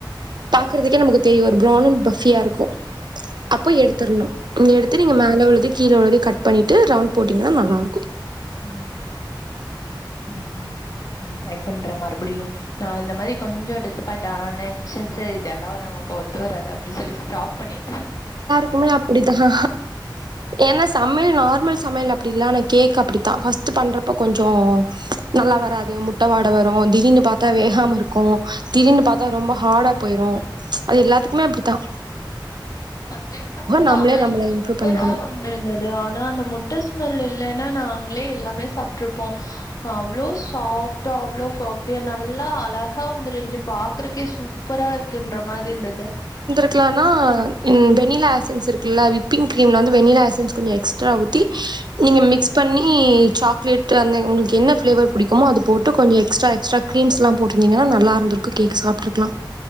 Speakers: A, on the right; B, on the left.
A: பாக்குறதுக்கே நமக்கு தெரியு ஒரு பிரவுன் அன் பஃபியா இருக்கு அப்போ எடுத்துறனு எடுத்து நீங்க மேல உள்ளத கீழ உள்ளதயு கட் பண்ணிட்டு ரவுண்ட் போட்டீங்கன்னா நல்லா இருக்கு
B: ஓ ம் ம் ம் ம் நா ட்ரை பண்ற மறுபடியு நா இந்த மாரி கொஞ்சோ டிசப்பாயிண்ட் ஆன ஒட்னே சேரி சேரி இதல்லா நமக்கு ஒரு ஒத்துவராது அப்டி சொல்லி ஸ்டாப் பண்ணிட்டு
A: எப்பயுமே அப்புடித்தா ஏன்னா சமையல் நார்மல் சமையல் அப்டி இல்லா கேக் அப்புடித்தா ஃபர்ஸ்ட் பண்றப்ப கொஞ்சோ நல்லா வராது முட்ட வாட வரு திடீனு பாத்தா வேகாம இருக்கு திடீர்னு பாத்தா ரொம்ப ஹாடா போயிரு அது எல்லாத்துக்குமே அப்டித்தா
B: ஃபர்ஸ்ட் டைம் பண்ணும் போது
A: நம்மளே
B: ஆனா
A: நம்மள
B: சூப்பரா
A: இம்ப்ரூவ் பண்ணிக்கணு
B: வந் து இருந்தது ஆனா அந்த முட்ட ஸ்மெல் இல்லன்னா நாங்களே எல்லாமே சாப்டிருப்போ அவ்ளோ சாஃப்டா அவ்ளோ பஃபியா நல்லா அழகா வந்திருஞ்சி பாக்குறதுக்கே சூப்பரா சூப்பரா இருக்குன்ற மாரி இருந்தது
A: இருக்லனா வெண்ணிலா எசன்ஸ் இருக்குல்ல விப்பி்ங் கிரீம்ல வந்து வெண்ணிலா எசன்ஸ் கொஞ்சோ எக்ஸ்ட்ரா ஊத் தி நீங்க மிக்ஸ் பண்ணி சாக்லேட் அந்த உங்களுக்கு என்ன ஃப்ளேவர் புடிக்குமோ அது போட்டு கொஞ்சோ எக்ஸ்ட்ரா எக்ஸ்ட்ரா க்ரீம்ஸ்லா போட்டிருந்தீங்கன்னா நல்லா இருத்திருக்கு கேக் சாப்டிருக்கலா